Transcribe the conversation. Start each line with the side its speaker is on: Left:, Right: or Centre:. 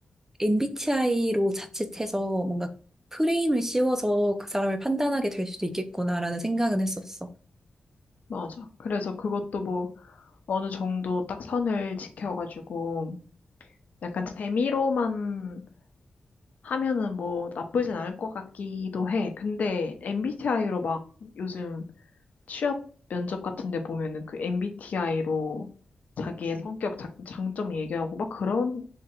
Right: MBTI로 자칫해서 뭔가 프레임을 씌워서 그 사람을 판단하게 될 수도 있겠구나라는 생각은 했었어.
Left: 맞아. 그래서 그것도 뭐 어느 정도 딱 선을 지켜가지고 약간 재미로만 하면은 뭐 나쁘진 않을 것 같기도 해. 근데 MBTI로 막 요즘 취업 면접 같은 데 보면은 그 MBTI로 자기의 성격 장- 장점 얘기하고 막 그런